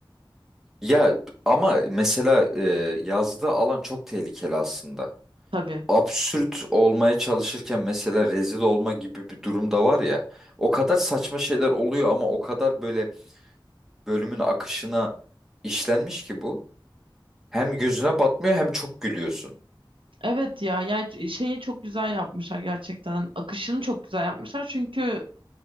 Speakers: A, in the centre; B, on the right.
A: Ya ama mesela e, yazdığı alan çok tehlikeli aslında.
B: Tabii.
A: Absürt olmaya çalışırken mesela rezil olma gibi bir durum da var ya. O kadar saçma şeyler oluyor ama o kadar böyle bölümün akışına işlenmiş ki bu. Hem gözüne batmıyor hem çok gülüyorsun.
B: Evet ya ya şeye çok güzel yapmışlar gerçekten. Akışını çok güzel yapmışlar. Çünkü